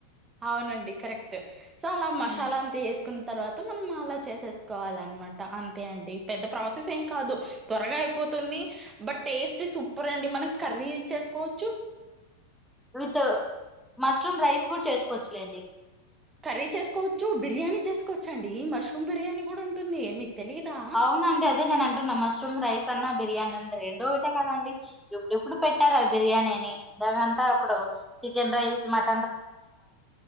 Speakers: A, on the right; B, in the centre.
A: అవునండి కరెక్ట్ సో అలా మసాలా
B: ఉ
A: అంతా వేసుకున్న తర్వాత మనం అలా చేసేసుకోవాలన్నమాట అంత అంతే అండి పెద్ద ప్రాసెస్ ఏం కాదు త్వరగా అయిపోతుంది బట్ టేస్ట్ సూపర్ అండి మనం కర్రీ చేసుకోవచ్చు
B: విత్ మష్ మష్రూమ్ రైస్ కూడా చేసుకోవచ్చులేండి
A: కర్రీ చేసుకోవచ్చు బిర్యానీ చేసుకోవచ్చండీ మష్రూమ్ బిర్యానీ కూడా ఉంటుంది మీకు తెలీదా
B: అవునండి అదే నేను అంటున్న మష్రూమ్ రైస్ రైస్ అన్న బిర్యానీ అన్న రెండు ఒకటే కదండి ఇప్పుడిప్పుడు పెట్టారు అది బిర్యానీ అని ఇంతకుముందు అంత అప్పుడు చికెన్ రైస్ మట్